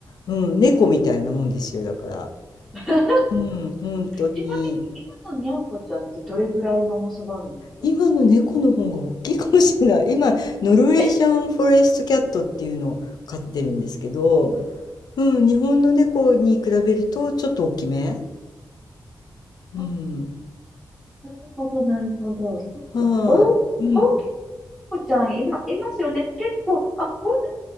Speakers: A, on the left; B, in the centre.
A: うん。猫みたいなもんですよ。だから。
B: <laughs>
A: うん。本当に。
B: ちなみに今のにゃんこちゃんってどれぐらいの重さがあるんですか
A: 今の猫の方が大きいかもしれない。<laughs> 今、ノルウェージャンフォレストキャットっていうのを飼ってるんですけど、
B: え、うん
A: うん、日本の猫に比べるとちょっと大きめ。うん。
B: あなるほど、なるほど。そっか。
A: はい。
B: お、
A: うん。
B: 大きい猫ちゃん、今、いますよね。結構、あ、こんなに